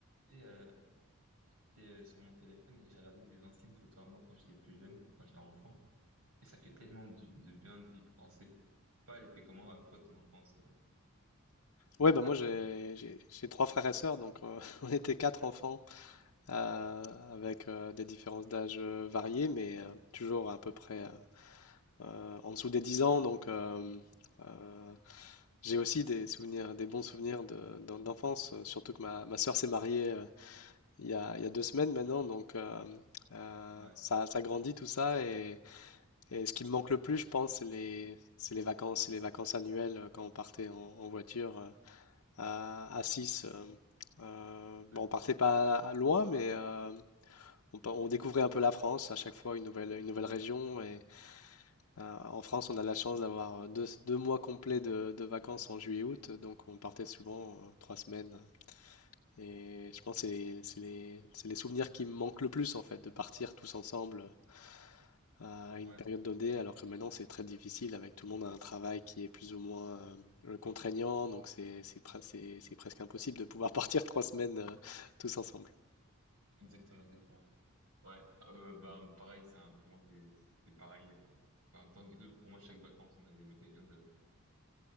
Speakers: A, on the right (about 80°); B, on the left (about 75°).
A: Et euh, j'étais euh, sur mon téléphone et j'ai regardé des anciennes photos à moi quand j'étais plus jeune, quand j'étais enfant. Et ça fait tellement du- de bien d'y penser. Je sais pas, elle était comment à toi, ton enfance? euh
B: Ouais, bah moi j'ai j'ai- j'ai trois frères et sœurs, donc euh, <laughs> on était quatre enfants euh, avec euh, des différences d'âge euh, variées, mais euh, toujours à peu près euh, euh, en dessous des 10 ans. Donc euh, euh, j'ai aussi des souvenirs, des bons souvenirs de- d'en- d'enfance, euh, surtout que ma, ma sœur s'est mariée euh, il y a, il y a deux semaines maintenant, donc euh, euh,
A: Ouais,
B: ça, ça grandit tout ça. Et, et ce qui me manque le plus, je pense, c'est les, c'est les vacances, c'est les vacances annuelles euh, quand on partait en, en voiture. euh, à, à 6. euh, euh, bon,
A: ouais,
B: on partait pas loin, mais euh, on, pa- on découvrait un peu la France, à chaque fois une nouvelle, une nouvelle région. Et euh, en France, on a la chance d'avoir euh, deux, deux mois complets de, de vacances en juillet-août, donc on partait souvent euh, trois semaines. Et je pense que c'est c'est les, c'est les souvenirs qui me manquent le plus, en fait, de partir tous ensemble à à une
A: ouais,
B: période donnée, alors que maintenant c'est très difficile avec tout le monde a un travail qui est plus ou moins euh, euh, contraignant, donc c'est c'est pre- c'est- c'est presque impossible de pouvoir <laughs> partir trois semaines euh, tous ensemble.
A: exactement, exactement. Ouais, euh, bah, pareil, c'est un- pour moi, c'est c'est pareil. euh. Enfin, En même temps, du coup, pour moi, chaque vacances, on avait l'occasion de,